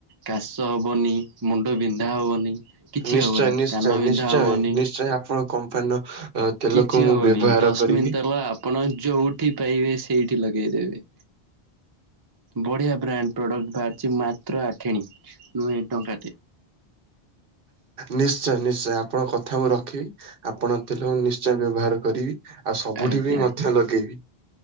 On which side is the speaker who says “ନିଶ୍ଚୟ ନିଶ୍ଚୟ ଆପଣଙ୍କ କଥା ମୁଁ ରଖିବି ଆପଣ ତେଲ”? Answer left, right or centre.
Right